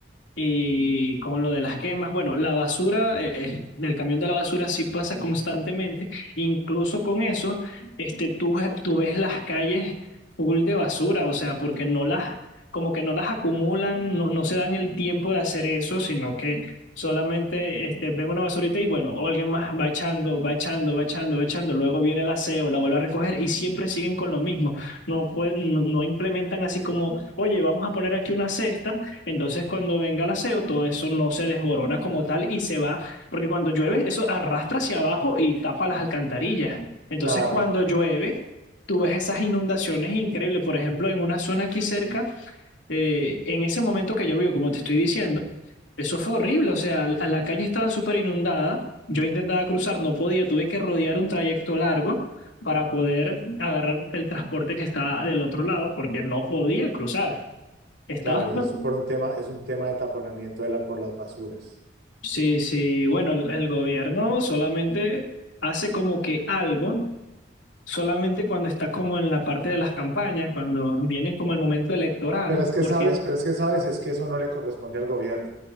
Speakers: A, on the left; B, on the right.
A: Y con lo de las quemas, bueno, la basura, eh, eh, el camión de la basura sí pasa constantemente. Incluso con eso, este, tú, tú ves las calles full de basura, o sea, porque no las, como que no las acumulan, no, no se dan el tiempo de hacer eso, sino que solamente este, ven una basurita y bueno, alguien más va echando, va echando, va echando, va echando. Luego viene el aseo, la vuelve a recoger y siempre siguen con lo mismo. No, pueden, no no implementan así como, oye, vamos a poner aquí una cesta entonces, cuando venga el aseo, todo eso no se desborona como tal y se va, porque cuando llueve, eso arrastra hacia abajo y tapa las alcantarillas. Entonces,
B: claro,
A: cuando llueve, tú ves esas inundaciones increíbles. Por ejemplo, en una zona aquí cerca, eh, en ese momento que llovió, como te estoy diciendo, eso fue horrible. O sea, la la calle estaba súper inundada. Yo intentaba cruzar, no podía, tuve que rodear un trayecto largo para poder agarrar el transporte que estaba del otro lado, porque no podía cruzar. Estaba
B: claro,
A: <laughs>
B: y eso por un tema, es un tema de taponamiento de la, por las basuras.
A: Sí, sí, bueno, el, el gobierno solamente hace como que algo, solamente cuando está como en la parte de las campañas, cuando vienen como el momento electoral,
B: Pero es que
A: porque
B: sabes, pero es que sabes, es que eso no le corresponde al gobierno.